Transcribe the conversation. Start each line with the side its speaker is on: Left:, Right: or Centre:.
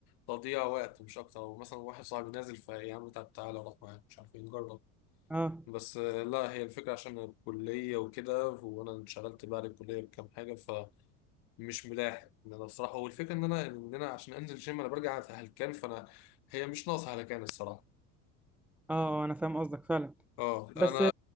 Left: تضييع وقت مش اكتر ومثلا واحد صاحبي نازل فيا عم طب تعالى اروح معاك مش عارف ايه نجرب
Centre: أه
Left: بس آه، لا هي الفكره عشان الكليه وكده وانا انشغلت بعد الكليه بكام حاجه مش ملاحق ان انا بصراحه والفكره ان انا ان انا عشان انزل جيم انا برجع هلكان فانا هي مش ناقصه هلكان الصراحه
Centre: أه آه، أنا فاهم قصدك فعلا
Left: اه
Centre: بس
Left: انا